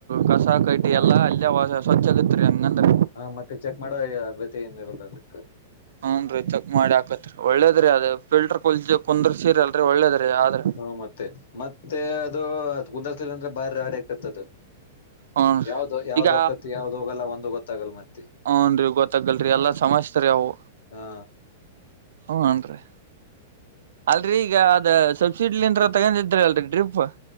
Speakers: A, on the right; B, on the left.
A: ಕಸ ಕಡ್ಡಿ
B: ಹಾ
A: ಎಲ್ಲಾ ಅಲ್ಲಿ ವ ಸ್ವಚ್ಛ ಆಗತ್ರಿ ಹಂಗಂದ್ರ
B: ಹ ಮತ್ತೆ ಚೆಕ್ ಮಾಡ ಅಬ್ಯತಿ ಏನ್ ಇರಲ್ಲ ಅದಕ್ಕ
A: ಹುನ್ ರೀ ಚಕ್ ಮಾಡಿ ಹಾಕತ್ರಿ ಒಳ್ಳೇದ್ರೀ ಅದ ಫಿಲ್ಟರ್ ಪುಲ್ ಕುಂದ್ರ ಸೀರಿ ಅಲ್ರರಿ ಒಳ್ಳೇದ್ರೀ ಆದ್ರೆ
B: ಹುಂ ಮತ್ತೆ ಮತ್ತೆ ಅದು ಕುಂದಾರ್ಸಲ ಅಂದ್ರೆ ಬಾಳ ರಾಡಿ ಆಕತ್ತದು
A: ಹೂನ್ರಿ
B: ಯಾವ್ದ ಯಾವ್ದ್
A: ಈಗ
B: ಹೊಕ್ಕತ್ತಿ ಯಾವ್ದ ಹೋಗಲ್ಲ ಒಂದು ಗೊತ್ತಾಗಲ್ಲ ಮತ್ತೆ
A: ಹ್ನುನ ರೀ ಗೊತ್ತಾಗಲ್ರಿ
B: ಹಾ
A: ಎಲ್ಲಾ ಸಮಸ್ಯೆ ರೀ ಅವು
B: ಹಾ
A: ಹ್ನುರಿ ಅಲ್ರರಿ ಈಗ ಅದ ಸಬ್ಸಿಡಿಲಿ ತಗೊಂಡಿದ್ರಿ ಅಲ್ರರಿ ಡ್ರಿಪ್